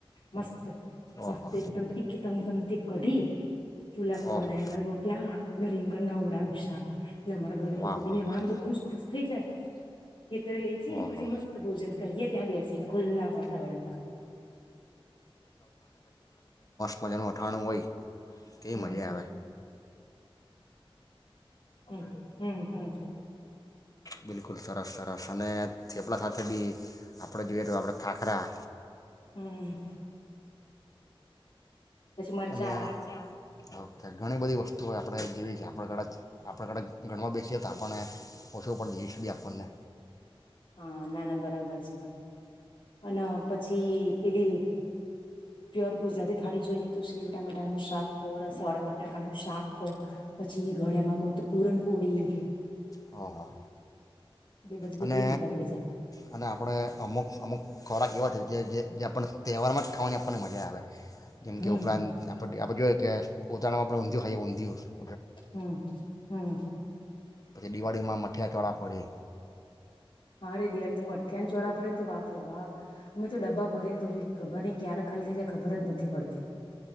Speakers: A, on the left (about 65°); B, on the left (about 40°).
A: મસ્ત. મસ્ત
B: ઓહો
A: એકદમ તીખ તમ. સમંત કઢી ચૂલા પર
B: ઓહો
A: બનાયેલા રોટલા અને રીંગણ ના ઓડા ન શાખ. એટલે અમારા ઘરે
B: વાહ
A: તો કોદીને
B: વાહ વાહ
A: મારાને તો ખુશ ખુશ થઈ જાય. ખેતરે લઈ જએ
B: ઓહો
A: પછી મસ્ત ભોજન કરીએ, ત્યાં બેસીને ખુલ્લા વાતાવરણમાં.
B: વજણ વઠણું વય કે
A: હમ
B: મજા આવે.
A: હમ્મ હમ્મ હમ્મ.
B: બિલકુલ સરસ સરસ અને થેપલા સાથે બી આપણે જોઈએ, તો આપણે ખાખરા.
A: હમ્મ. મરચા
B: અને હ. કે ઘણી બધી વસ્તુઓ આપણે જેવી કે આપણા કદા આપણા કાચ ગણમાં બેસીએ તો આપણને ઓછું લીસ્ટ બી આપણને.
A: હા ના ના બરાબર છે અને પછી પેલી પ્યોર ગુજરાતી થાળી જોઈએ તો શેવું ટામેટા નું શાક કહો રસવાળા બટાકા નું શાક કહ પછી ઘડિયામાં કહું તો પુરણપોળી
B: હ હા હા.
A: બધી તો
B: અને
A: કેવી મજા પડી જાય
B: અને આપણે અમુક અમુક. ખોરાક એવાો છે, જે જે આપણને તહેવારમાં જ ખાવાની આપણને મજા આવે. જેમ
A: હમ
B: કે ઉપરાંત આપ આપડે જોયએ કે ઉતરાણમાં આપણેઊંધયું ખાઈએ ઊંધ <unintelligible>
A: હમ્મ હમ્મ.
B: તે દિવાળીમાં મઠિયા ચોળા ફોડે.
A: હારે. <unintelligible> મઠ્ઠ ને ચોરા પડી તો બાપ બાપ અમે તો ડબ્બા ભરીએને તો ખબર ન ક્યારે ખાલી થ જાય ખબર જ નથી પડતી.